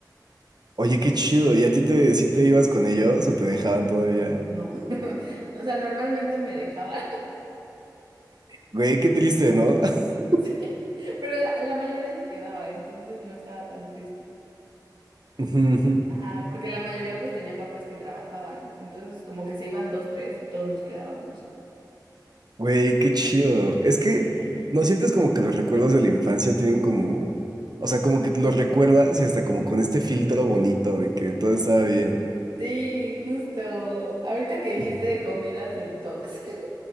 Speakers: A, on the right; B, on the right.
A: Oye, qué chido. ¿Y a ti
B: Ujú.
A: te, si te ibas con ellos o te dejaban todavía?
B: No. <laughs> O sea, normalmente me dejaba,
A: Güey, qué triste, ¿no? <laughs>
B: <laughs> Sí. Pero la, la mayoría se quedaba, entonces no estaba tan triste.
A: Ujú, ujú.
B: Ajá, porque la mayoría pues tenía papás que trabajaban. Entonces como que se iban dos, tres y todos nos quedábamos.
A: Güey, qué chido. Es que
B: Sí.
A: no sientes como que los recuerdos de la infancia tienen como, o sea, como que los recuerdas y hasta como con este filtro bonito de que todo estaba bien.
B: Sí, justo. Ahorita que dijiste
A: <laughs>
B: de comidas del Tox. <laughs>